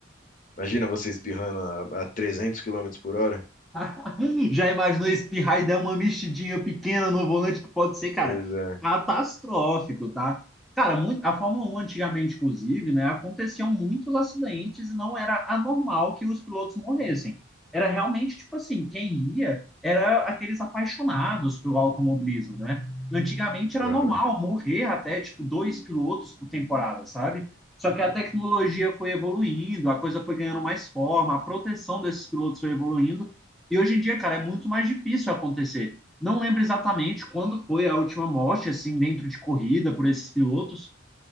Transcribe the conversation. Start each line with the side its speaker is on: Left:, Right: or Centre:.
Left: Imagina você espirrando a, a 300 quilômetros por hora.
Centre: <laughs> Já imaginou espirrar e dar uma mexidinha pequena no volante que pode ser, cara,
Left: coisa
Centre: catastrófico, tá? Cara, muito, a Fórmula 1 antigamente, inclusive, né, aconteciam muitos acidentes e não era anormal que os pilotos morressem. Era realmente tipo assim, quem ia era aqueles apaixonados pelo automobilismo, né? Antigamente era
Left: Aham.
Centre: normal morrer até tipo dois pilotos por temporada, sabe? Só que a tecnologia foi evoluindo, a coisa foi ganhando mais forma, a proteção desses pilotos foi evoluindo e hoje em dia, cara, é muito mais difícil acontecer. Não lembro exatamente quando foi a última morte, assim, dentro de corrida por esses pilotos,